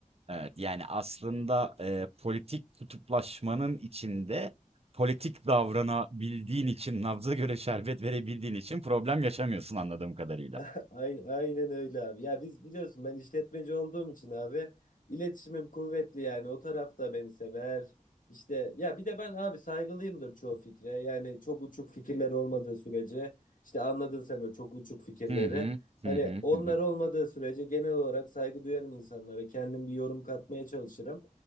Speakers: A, on the right; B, on the left.
A: Evet, yani aslında e, politik kutuplaşmanın içinde politik davranabildiğin için, nabza göre şerbet verebildiğin için problem yaşamıyorsun anladığım kadarıyla.
B: <laughs> Aynen, aynen öyle abi. Ya biz biliyorsun ben işletmeci olduğum için abi iletişimim kuvvetli yani o taraf da beni sever. İşte ya bir de ben abi saygılıyımdır çoğu fikre. Yani çok uçuk fikirler olmadığı sürece işte anladın sen o çok uçuk fikirleri.
A: Hı hı, hı
B: Hani
A: hı,
B: onlar
A: hı hı,
B: olmadığı sürece genel olarak saygı duyarım insanlara. Kendim bir yorum katmaya çalışırım.